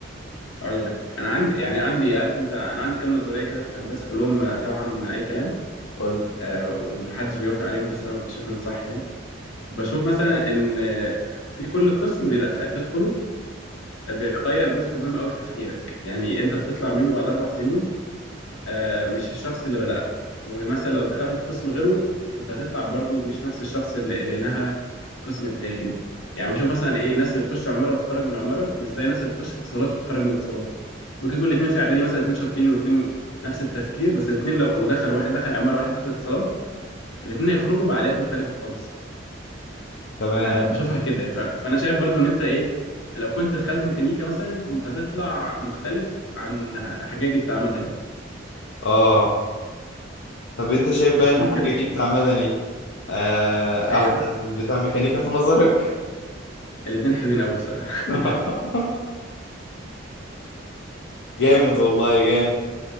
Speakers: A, on the left; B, on the left.
A: اقول لك انا عندي يعني عندي عارف انت انا عندي كام نظريه كده في الهندسه كلهم آه، طبعا اي كلام
B: قول لي.
A: آه، ومحدش بيوافق عليهم بس انا بشوفهم صح يعني بشوف مثلا ان آه، في كل قسم بيدخل بتدخله بيغير جزء مهم قوي في تفكيرك يعني انت بتطلع منه بعد اربع سنين آه، مش الشخص اللي بدأت ومثلا لو دخلت قسم غيره كنت هتطلع برضو مش نفس الشخص اللي, اللي نهى القسم التاني يعني بشوف مثلا ايه الناس اللي تخش عمارة وتتخرج من عمارة مش زي الناس اللي تخش اتصالات وتتخرج من اتصالات ممكن يكون الاتنين في اعدادي مثلا اتنين شاطرين واتنين نفس التفكير بس الاتنين لو دخل واحد دخل عمارة واحد دخل اتصالات الاتنين هيخرجوا بعقليات مختلفة خالص
B: تمام
A: أه بشوفها كده ف... فانا شايف برضو ان انت ايه لو كنت دخلت ميكانيكا مثلا كنت هتطلع مختلف عن حجاجي بتاع مدني
B: اه طب انت شايف بقى
A: بشوف
B: ان حجاجي
A: كده الصراحة
B: بتاع مدني آه
A: ايوه
B: احلى من بتاع ميكانيكا في نظرك
A: الاتنين حلوين قوي بصراحة
B: <laughs>
A: <laughs>
B: جامد والله جامد